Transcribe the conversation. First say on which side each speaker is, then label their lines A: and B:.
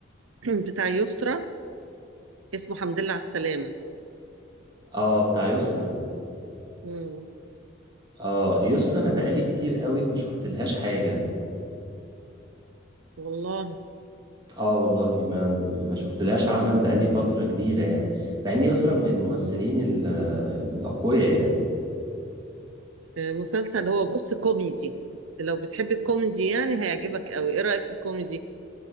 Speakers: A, on the right; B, on the right.
A: <clears throat> بتاع يسرا اسمه حمد لله على السلامة
B: اه بتاع يسرا
A: مم.
B: اه يسرا انا بقالي كتير قوي ما شفتلهاش حاجه
A: والله
B: اه والله ما ما شفتلهاش عمل بقالي فتره كبيره يعني مع ان يسرا من الممثلين ال- الاقوياء يعني
A: آه مسلسل هو بص كوميدي لو بتحب الكوميدي يعني هيعجبك قوي ايه رأيك في الكوميدي